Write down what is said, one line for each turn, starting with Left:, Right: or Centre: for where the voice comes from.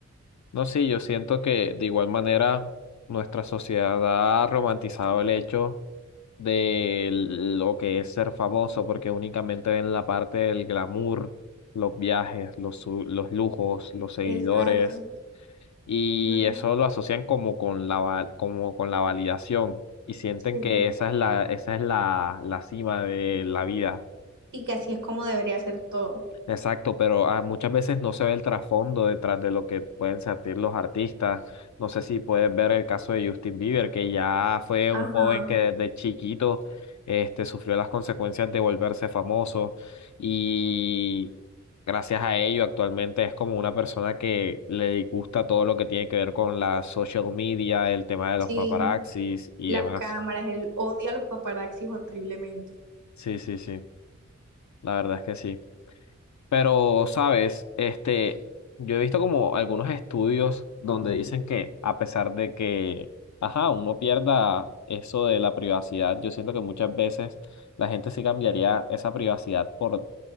Left: No, sí, yo siento que de igual manera nuestra sociedad ha romantizado el hecho de lo que es ser famoso, porque únicamente ven la parte del glamour, los viajes, los, su- los lujos, los seguidores,
Right: Exacto.
Left: y
Right: Mm,
Left: eso lo asocian como con la, va- como con la validación y sienten
Right: Sí.
Left: que esa es la, esa es la, la cima de la vida.
Right: Sí, que así es como debería ser todo.
Left: Exacto, pero ah, muchas veces no se ve el trasfondo detrás de lo que pueden sentir los artistas. No sé si puedes ver el caso de Justin Bieber, que ya fue
Right: Ajá,
Left: un joven que desde chiquito este, sufrió las consecuencias de volverse famoso y gracias a ello actualmente es como una persona que le disgusta todo lo que tiene que ver con la social media, el tema de los
Right: sí.
Left: paparazzis y
Right: Las
Left: demás.
Right: cámaras, él odia a los paparazzis horriblemente.
Left: Sí, sí, sí, la verdad es que sí. Pero, sabes, este, yo he visto como algunos estudios donde dicen que a pesar de que, ajá, uno pierda eso de la privacidad, yo siento que muchas veces la gente sí cambiaría esa privacidad por,